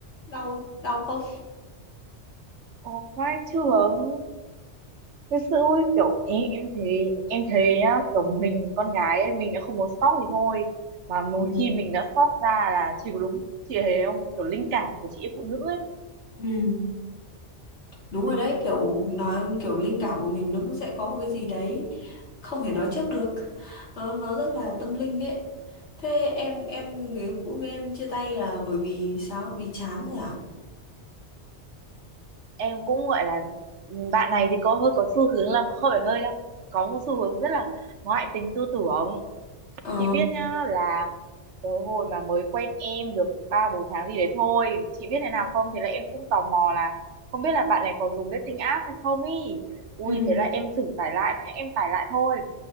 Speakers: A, on the left (about 75°); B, on the right (about 80°).
A: đau đau không
B: Ồ, vai trưởng thật sự ui, kiểu em em thấy em thấy nhá kiểu mình con gái ấy, mình đã không muốn stalk thì thôi mà một
A: Ừ,
B: khi mình đã stalk ra là chỉ có đúng chị thấy không kiểu linh cảm của chị em phụ nữ ấy
A: ừ, đúng rồi đấy kiểu nói kiểu linh cảm của mình nó cũng sẽ có một cái gì đấy không thể nói trước được nó nó rất là tâm linh ấy thế em em người yêu cũ với em chia tay là bởi vì sao vì chán rồi à
B: em cũng gọi là ừ, bạn này thì có hơi có xu hướng là hơi phải hơi đâu có một xu hướng rất là ngoại tình tư tưởng
A: ờ
B: chị biết nhá là cái hồi mà mới quen em được ba bốn tháng gì đấy thôi chị biết thế nào không thế là em cũng tò mò là không biết là bạn này có dùng dating app hay không ý ui
A: ừ
B: thế là em thử tải lại thôi nhá, em tải lại thôi